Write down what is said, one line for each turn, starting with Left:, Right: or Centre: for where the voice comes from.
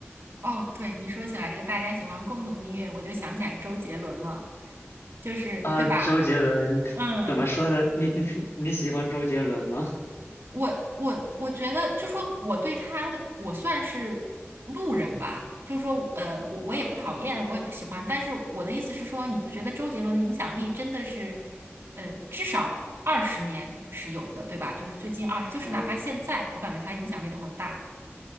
Right: 哦，对，你说起来这个大家喜欢共同的音乐，我就想起来周杰伦了，就是对吧？
Left: 啊，周杰伦怎么说呢？
Right: 嗯。
Left: 你 <laughs> 你喜欢周杰伦吗？
Right: 我我我觉得，就说我对他，我算是路人吧。就说呃，我我也不讨厌，
Left: 嗯。
Right: 我也不喜欢。但是我的意思是说，你不觉得周杰伦的影响力真的是，呃，至少二十年是有的，对吧？就是最近二十，就是哪怕现在，
Left: 对。
Right: 我感觉他影响力都很大